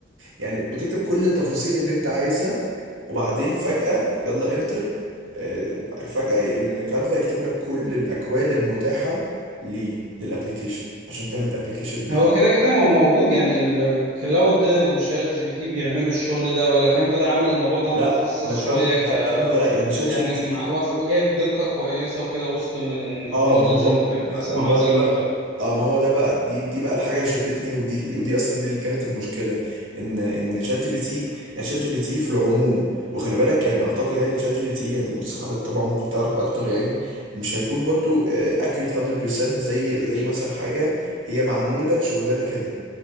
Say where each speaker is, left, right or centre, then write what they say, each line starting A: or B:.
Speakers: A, on the right; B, on the right.
A: يعني بتكتب كل التفاصيل اللي انت عايزها وبعدين فجأة يلا انتر آه، فجأة الكانفا يكتب لك كل الاكواد المتاحة ليه للابليكيشن عشان تعمل الابليكيشن بيه
B: هو كده كده ما هو موجود يعني الكلاود وشات جي بي تي بيعملوا الشغل ده ولا كانفا ده عمل الموضوع ده
A: لا
B: مخصص
A: ده كانفا
B: شوية ك
A: لا كانفا لا يعني شات
B: يعني
A: جي بي تي
B: مع واخ- وجايب دقة كويسة وكده وسط المودلز
A: اه ما هو
B: المختلفة
A: ما
B: مثلا
A: ما
B: النماذج
A: هو ده
B: المختلفة
A: بقى اه ما هو ده بقى دي دي بقى الحاجه اللي شدتني ودي ال- ودي اصلا دي اللي كانت المشكله ان ان شات جي بي تي يعني شات جي بي تي في العموم وخلي بالك يعني اعتقد يعني شات جي بي تي يعني بس حضرتك طبعا ممكن تعرف اكتر يعني مش هيكون برضو اكيوريت 100% زي زي مثلا حاجه هي معموله لشغلانه كده